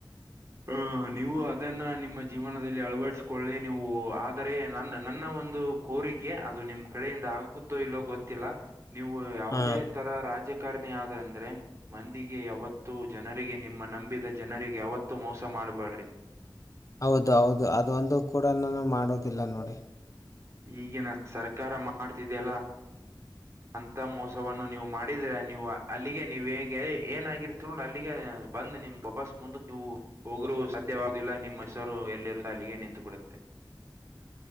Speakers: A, on the right; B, on the left.
A: ಹ ನೀವು ಅದನ್ನ ನಿಮ್ಮ ಜೀವನದಲ್ಲಿ ಅಳವಡಿಸಕೊಳ್ಳಿ ನೀವು. <unintelligible> ನನ್ನ ನನ್ನ ಒಂದು ಕೋರಿ. ಅದು ನಿಮ್ಮ ಕಡೆಯಿಂದ ಆಗುತ್ತೋ ಇಲ್ಲೋ ಗೊತ್ತಿಲ್ಲ ನೀವು ಯಾವುದೇ
B: ಹಾ
A: ತರಾ ರಾಜ. <unintelligible> ಆದ ಅಂದ್ರೆ ಮಂದಿಗೆ ಯಾವತ್ತು ಜನರಿಗೆ ನಿಮ್ಮ ನಂಬಿದ ಜನರಿಗೆ ಯಾವ. ಮೋಸ ಮಾಡ್ಬಾಡ್ರಿ.
B: ಹೌದ ಹೌದು ಅದೊಂದು ಕೂಡ ನಾನು ಮಾಡೋದಿಲ್ಲ ನೋಡಿ.
A: ಈಗಿನ ಸರ್ಕಾರ ಮಾಡ್ತಿದೆಯಲ್ಲಾ. ಅಂತ ಮೋಸವನ್ನು ನೀವು ಮಾಡಿದ್ರ ನೀವು ಅಲ್ಲಿಗೆ ನೀವ್ ಹೇಗೆ ಎಯ್ <unintelligible> <unintelligible> ಅಲ್ಲಿಗೆ ಬಂದ್ ನಿಮ. <unintelligible> ಮುಂದಕ್ಕೆ ನೀವು ಹೋಗಲು ಸಾಧ್ಯವ ಇಲ್ಲ ನಿಮ್ಮ ಹೆಸರು ಎಲ್ಲಿರುದು ಅಲ್ಲಿಗೆ ನಿಂತು ಬಿಡುತ್ತೆ